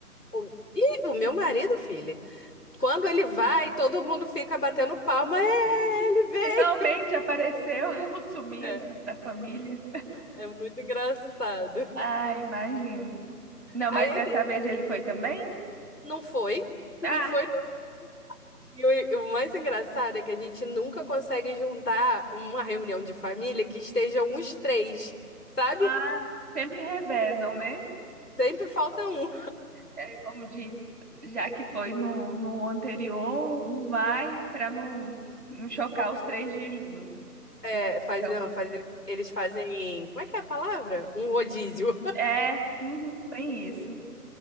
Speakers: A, on the left; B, on the right.
A: O, e o meu marido, filha. Quando ele vai, todo mundo fica batendo palma. É,
B: <laughs>
A: ele veio.
B: finalmente apareceu, <laughs> o sumido
A: É,
B: da família.
A: é muito engraçado.
B: Ah, imagino. Não,
A: Aí
B: mas dessa
A: eu dei,
B: vez ele foi também?
A: não foi, <laughs>
B: Ah,
A: não foi não. E o, o mais engraçado é que a gente nunca consegue juntar uma reunião de família que estejam os três, sabe?
B: ah, sempre revezam, né?
A: Sempre falta um.
B: É como diz, já que foi no, no anterior, um vai para não, não chocar os três de junto.
A: É, faz,
B: Então,
A: faz, eles fazem, como é que é a palavra? Um rodízio.
B: é, uhum, tem isso.